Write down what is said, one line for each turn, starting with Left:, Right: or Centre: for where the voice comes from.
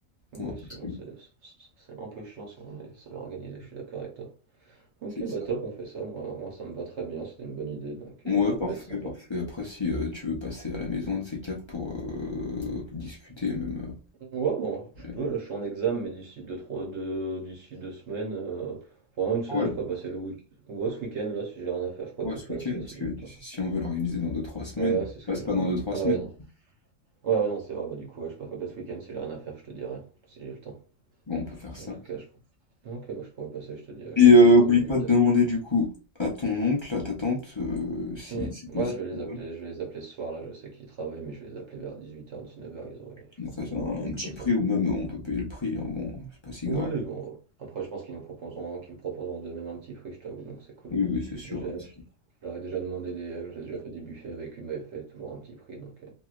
Right: Oui,
Left: on va pas
Right: sinon
Left: traîner.
Right: c'est c'est- c'est un peu chiant si on est seul à organiser, je suis d'accord avec toi. Ok,
Left: C'est
Right: bah
Left: ça.
Right: top, on fait ça, moi, moi ça me va très bien, c'était une bonne idée, donc
Left: Ouais,
Right: euh, ça
Left: parfait,
Right: peut être sympa.
Left: parfait. Après, si euh, tu veux passer à la maison de ces quatre pour euh, discuter, même. euh,
Right: Ouais, bon, je
Left: allez.
Right: peux, là, je suis en examen, mais d'ici deux, trois, deux, d'ici deux semaines, euh, vraiment une semaine,
Left: ouais,
Right: je pourrais passer le week-end. Ouais, ce week-end, là, si j'ai rien à faire, je pourrais
Left: ouais,
Right: peut-être
Left: ce
Right: passer
Left: week-end, parce
Right: si
Left: que
Right: j'ai le temps.
Left: si si on veut l'organiser dans deux trois semaines,
Right: Ouais, c'est ce
Left: passe
Right: que j'ai.
Left: pas dans deux trois
Right: Ouais,
Left: semaines.
Right: ouais, non. Ouais, ouais, non, c'est vrai, bah du coup, ouais, je passerai peut-être ce week-end si j'ai rien à faire, je te dirai, si j'ai le temps.
Left: Bon, on peut faire ça.
Right: En tout cas, je Ok, bah, je pourrais passer, je te dirai,
Left: Et
Right: je te
Left: euh,
Right: tiendrai
Left: oublie
Right: au jus,
Left: pas de
Right: peut-être.
Left: demander du coup à ton oncle, à ta tante, euh, si
Right: Hmm,
Left: c'est
Right: Ouais,
Left: possible
Right: je vais les
Left: pour
Right: appeler,
Left: eux.
Right: je vais les appeler ce soir, là, je sais qu'ils travaillent, mais je vais les appeler vers dix huit heures dix neuf heures ils auraient,
Left: qu'ils
Right: je
Left: nous
Right: pense
Left: fassent
Right: qu'ils
Left: un,
Right: auront fini
Left: un petit
Right: de bosser.
Left: prix ou même euh, on peut payer le prix, hein, bon, c'est pas si
Right: Oui,
Left: grave.
Right: bon, après je pense qu'ils nous proposeront, qu'ils me proposeront de même un petit prix, je t'avoue, donc c'est cool.
Left: Oui, oui, c'est
Right: J'ai
Left: sûr,
Right: déjà,
Left: comme
Right: je
Left: ça.
Right: leur ai déjà demandé des, j'ai déjà fait des buffets avec eux, ils m'avaient fait toujours un petit prix, donc euh,